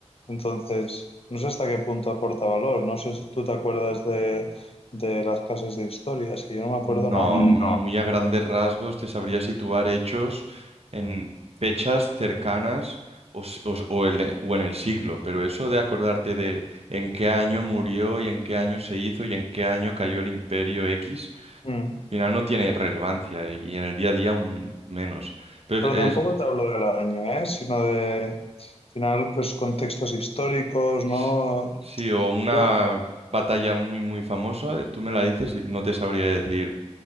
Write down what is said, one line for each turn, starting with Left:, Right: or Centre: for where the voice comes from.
Left: Entonces, no sé hasta qué punto aporta valor. No sé si tú te acuerdas de, de las clases de historia, es que yo no me acuerdo
Right: No,
Left: nada. Mm,
Right: muy a grandes rasgos te sabría situar hechos en fechas cercanas o, si- o s- o en, e- o en el siglo, pero eso de acordarte de en qué año murió y en qué año se hizo y en qué año cayó el imperio X,
Left: Mm.
Right: al final no tiene relevancia y en el día a día aún menos. Pero
Left: Pero
Right: es,
Left: tampoco te hablo del año, ¿eh? Sino de, al final, pues contextos históricos,
Right: <clears throat>
Left: ¿no?
Right: s- sí, o una
Left: Yo,
Right: batalla muy, muy famosa, eh, tú me la dices y no te sabría decir